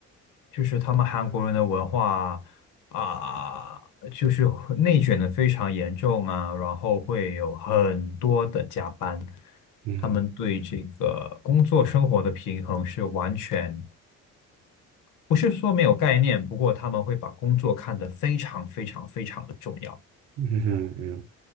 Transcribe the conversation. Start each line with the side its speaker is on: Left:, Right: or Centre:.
Left: 就是他们韩国人的文化啊，就是内卷的非常严重啊，然后会有很多的加班，
Right: 嗯
Left: 他们对这个工作生活的平衡是完全不是说没有概念，不过他们会把工作看得非常非常非常的重要，
Right: 嗯嗯嗯，